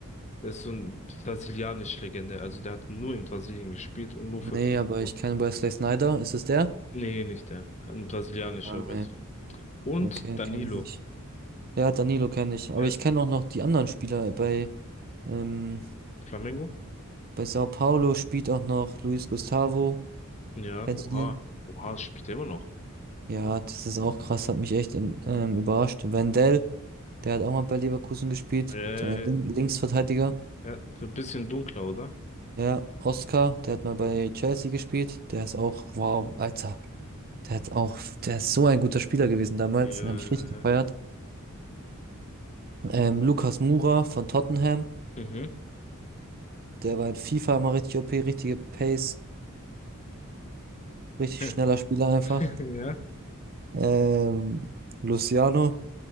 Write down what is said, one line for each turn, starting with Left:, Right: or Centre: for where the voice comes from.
Left: Das ist so eine brasilianische Legende. Also der hat nur in Brasilien gespielt und nur
Right: Nee,
Left: für Flamengo.
Right: aber ich kenne Wesley Snyder. Ist es der?
Left: Nee, nicht der. Ein brasilianischer
Right: Ah,
Left: Wrestler.
Right: nee,
Left: Und
Right: okay,
Left: Danilo.
Right: kenne ich nicht. Ja, Danilo kenne ich. Aber
Left: Ja,
Right: ich kenne auch noch die anderen Spieler. Bei, ähm,
Left: Flamengo?
Right: bei Sao Paulo spielt auch noch Luis Gustavo.
Left: Ja,
Right: Kennst
Left: oha.
Right: du den?
Left: Oha, spielt er immer noch.
Right: Ja, das ist auch krass, hat mich echt in, ähm, überrascht. Wendell, der hat auch mal bei Leverkusen gespielt.
Left: Äh,
Right: So ein Lin- Linksverteidiger.
Left: ja, so ein bisschen dunkler, oder?
Right: Ja, Oscar, der hat mal bei Chelsea gespielt. Der ist auch, wow, Alter. Der hat auch, der ist so ein guter Spieler gewesen damals,
Left: Ja,
Right: den habe ich richtig gefeiert. Ähm, Lucas Moura von Tottenham,
Left: mhm.
Right: der war in FIFA immer richtig OP, richtige Pace, richtig
Left: <laughs>
Right: schneller Spieler einfach.
Left: Ja.
Right: Ähm, Luciano,